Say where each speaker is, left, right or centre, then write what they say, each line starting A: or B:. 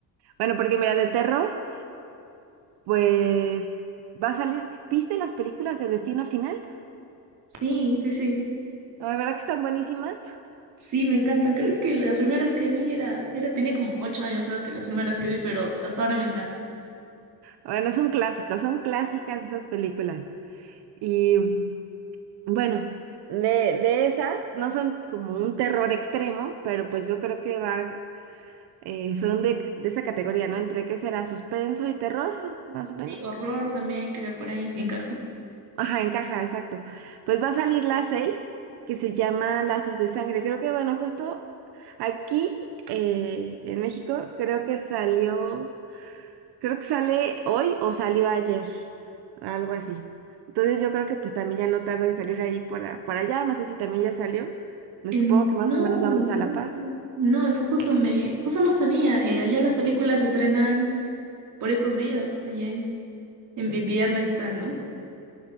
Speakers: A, on the right; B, on the right.
A: Bueno, porque mira, de terror. Pues va a salir. ¿Viste las películas de Destino Final?
B: Sí, sí, sí.
A: La verdad que están buenísimas.
B: Sí, me encantan. Creo que las primeras que vi era, era, tenía como ocho años, creo que las primeras que vi, pero hasta ahora me encantan.
A: Bueno, es un clásico, son clásicas esas películas. Y bueno, de, de esas no son como un terror extremo, pero pues yo creo que va, eh, son de, de esa categoría, ¿no? Entre qué será suspenso y terror, más o menos.
B: Sí, horror también, creo, por ahí encaja.
A: Ajá, encaja, exacto. Pues va a salir la 6 que se llama Lazos de Sangre. Creo que, bueno, justo aquí eh, en México, creo que salió, creo que sale hoy o salió ayer, algo así. Entonces yo creo que pues también ya no tarda en salir ahí por, a- por allá, no sé si también ya salió. Me
B: En,
A: supongo que más
B: no,
A: o menos vamos a la
B: justo-
A: par.
B: no, es que justo me, justo no sabía. eh, allá las películas se estrenan por estos días, allá en, en vi- viernes y tal, ¿no?